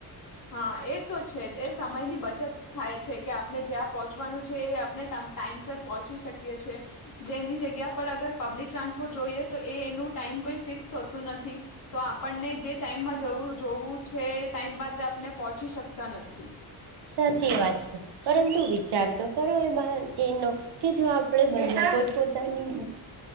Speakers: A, on the left; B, on the right.
A: હા એ તો છે જ એ સમયની બચત થાય છે કે આપણે જ્યાં પહોંચવાનું છે એ આપણે ટાઈમસ પહોંચી શકીએ છી જેની જગ્યા પર અગર પબ્લિક ટ્રાન્સપોર્ટ જોઈએ તો એ એનું ટાઈમ કોઈ ફિક્સ થતું નથી તો આપણને જે ટાઈમમાં જવું જોવું છે એ ટાઈમમાં આપને પહોંચી શકતા નથી
B: સાચી વાત છે પરંતુ વિચાર તો કરો એ એનો કે જો આપણે બધા પોતપોતાની